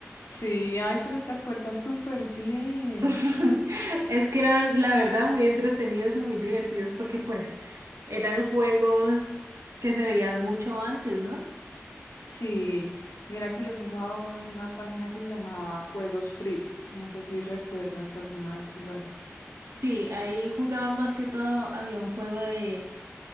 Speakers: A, on the left (about 85°); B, on the right (about 85°).
A: Sí, ay, pero te acuerdas súper bien.
B: <laughs> Es que eran, la verdad, muy entretenidos y muy divertidos porque pues eran juegos que se veían mucho antes, ¿no?
A: Sí, mira que yo jugaba uno en una página que se llamaba Juegos Free. No sé si recuerdas o alguna vez jugaste.
B: Sí, ahí jugaba más que todo, había un juego de